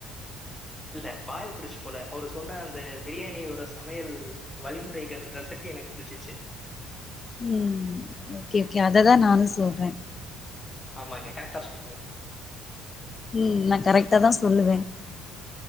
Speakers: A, on the left (about 20°); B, on the left (about 30°).
A: இல்ல பாய பிடிச்சு போல அவரு சொன்ன அந்த பிரியாணியோட சமையல் வழிமுறைகள் ரெசிப்பி எனக்கு பிடிச்சிச்சு
B: ம் ஓகே ஓகே அததா நானு சொல்றே
A: ஆமாங்க கரெக்டா சொன்னீங்க
B: ம் நா கரெக்டாதா சொல்லுவே